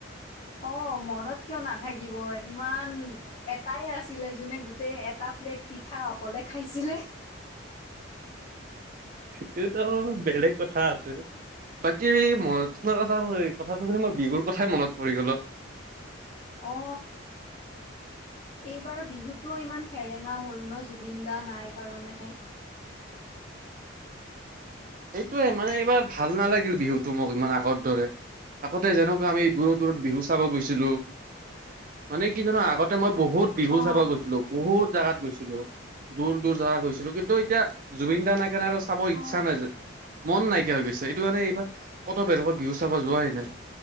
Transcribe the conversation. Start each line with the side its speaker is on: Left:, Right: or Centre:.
Left: অ মনত কিয় নাথাকিব ইমান এটাই আছিলে যোনে গোটেই এটা প্লেট পিঠা অকলে খাইছিলে।
Right: সেটোতো বেলেগ কথা আছিল। বাকী মই তোমাৰ কথা কথাটো শুনি মোৰ বিহুৰ কথাই মনত পৰি গল অ।
Left: অ। এইবাৰ বিহুটোও ইমান সেৰেঙা হ'ল ন জুবিন দা নাই কাৰণে।
Right: সেইটোয়ে মানে এইবাৰ ভাল নালাগিল বিহুটো মোক ইমান আগৰ দৰে। আগতে যেনেকুৱা আমি দূৰত দূৰত বিহু চাব গৈছিলো। মানে কি জানা আগতে মই বহুত বিহু
Left: অ
Right: চাব গৈছিলো বহুত জাগাত গৈছিলো দূৰ দূৰ জাগা গৈছিলো কিন্তু এতিয়া জুবিন দা নাইকাৰনে আৰু চাব ইচ্ছা
Left: অ
Right: নাযায়। মন নাইকিয়া হৈ গৈছে এইটো কাৰনে এইবাৰ কত বেলেগৰ বিহু চাব যোৱাই নাই।